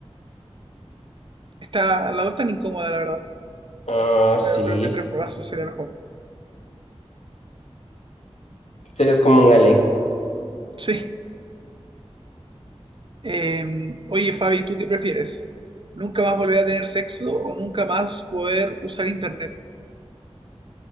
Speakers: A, on the right; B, on the left.
A: Está, la dos tan incómoda, la verdad.
B: Ah, sí.
A: Pero creo que tres brazos sería mejor.
B: Serías como un alien.
A: Sí. Eh, oye, Fabi, ¿tú qué prefieres? ¿Nunca más volver a tener sexo o nunca más poder usar internet?